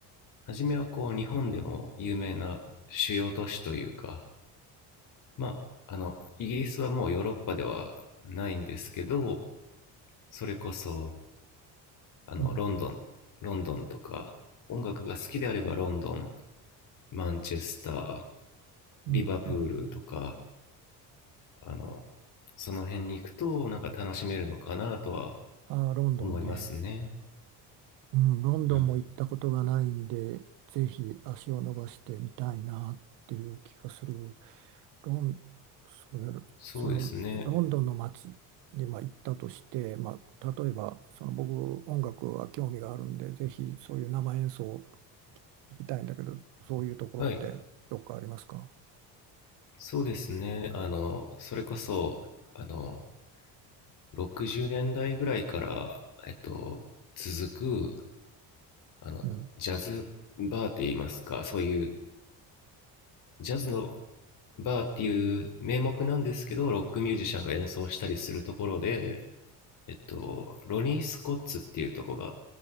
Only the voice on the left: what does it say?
初めはこう、日本でも有名な主要都市というか、まあ、あの、イギリスはもうヨーロッパではないんですけど、それこそ、あの、
ロンドン、ロンドンとか、音楽が好きであればロンドン、マンチェスター、
リバプールとか、
あの、その辺に行くと、なんか楽しめるのかなとは
思いますね。
うん。
そうですね。
はい。そうですね。あの、それこそ、あの、60年代ぐらいから、えっと、続く、あの、
ジャズバーって言いますか、そういうジャズのバーっていう名目なんですけど、ロックミュージシャンが演奏したりするところで、えっと、ロニー・スコッツっていうところが